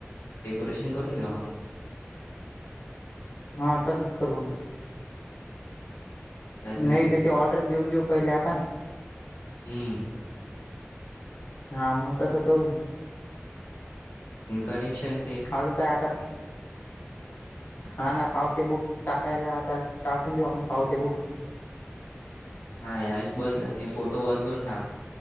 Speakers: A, on the left (about 85°); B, on the left (about 55°).
A: डेकोरेशन करून घेऊ आपण.
B: हा तसच करू ना.
A: तसं
B: नाही त्याची ऑर्डर देऊन देऊ पहिले आपण
A: हम्म
B: हा म तसं करू
A: आणि करेक्शन
B: अजून काय आता हा ना पावती बुक टाकायला आता टाकून देऊ आपण पावती बुक
A: हा ह्यावेळेस बद हे फोटो बदलून टाक